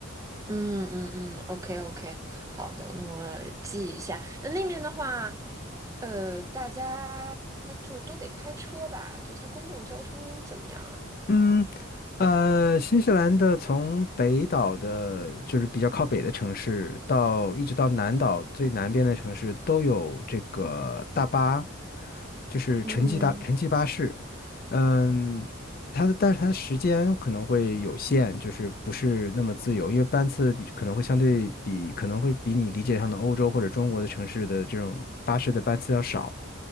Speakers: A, on the right (about 15°); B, on the left (about 45°).
A: 嗯嗯嗯，OK OK，好的，那我记一下。那那边的话，呃，大家就都得开车吧？就它公共交通怎么样啊？
B: 嗯，呃，新西兰的从北岛的，就是比较靠北的城市，到一直到南岛最南边的城市，都有这个大巴，就是城际大城际巴士。
A: 嗯，
B: 嗯，它的但是它的时间可能会有限，就是不是那么自由，因为班次比可能会相对比可能会比你理解上的欧洲或者中国的城市的这种巴士的班次要少。